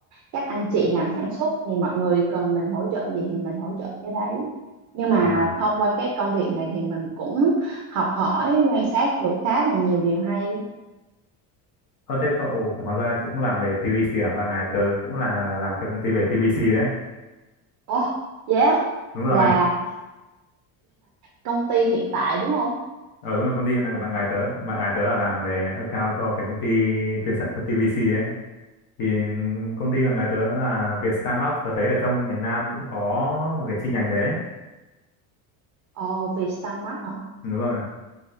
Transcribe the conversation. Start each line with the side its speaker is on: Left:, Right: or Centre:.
Right: các anh chị làm sản xuất thì mọi người cần mình hỗ trợ gì thì mình hỗ trợ cái đấy nhưng mà
Left: à
Right: thông qua cái công việc này thì mình cũng học hỏi quan sát được khá là nhiều điều hay
Left: có thế cậu hóa ra cũng làm về TVC à và ngày tớ cũng là làm cho công ty về TVC đấy
Right: Ồ, yeah
Left: đúng rồi
Right: là công ty hiện tại đúng không?
Left: ờ đúng rồi công ty hiện tại của bạn gái tớ bạn gái tớ là làm về account cho cái công ty chuyên sản xuất TVC ấy thì công ty bạn gái tớ là Vietstarmark tớ thấy ở trong miền Nam cũng có một cái chi nhánh đấy đấy
Right: Ồ, Vietstarmart hả?
Left: đúng rồi